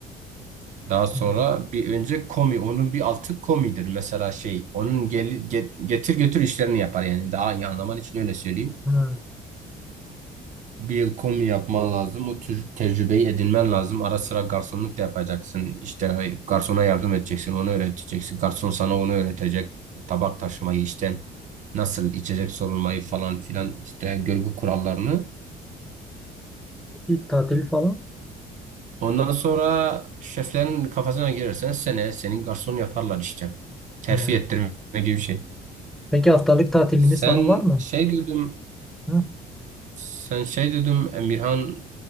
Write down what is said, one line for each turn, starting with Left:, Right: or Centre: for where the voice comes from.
Right: Daha sonra
Centre: ilgili.
Right: bir önce komi onun bir altı komidir. Mesela şey onun gel, get- getir götür işlerini yapar yani. Daha iyi anlaman için öyle söyleyeyim.
Centre: Ha,
Right: Bir yıl komi yapman lazım. O tür tecrübeyi edinmen lazım. Ara sıra garsonluk da yapacaksın. İşte garsona yardım edeceksin. Onu öğreteceksin. Garson sana onu öğretecek. Tabak taşımayı işte nasıl içecek sorulmayı falan filan işte görgü kurallarını.
Centre: peki tatil falan.
Right: Ondan sonra şeflerin kafasına girersen seneye senin garson yaparlar işte. Terfi
Centre: Ha.
Right: ettirme gibi bir şey.
Centre: Peki haftalık tatiliniz
Right: Sen
Centre: falan var mı?
Right: şey dedim,
Centre: Hı?
Right: sen şey dedim Emirhan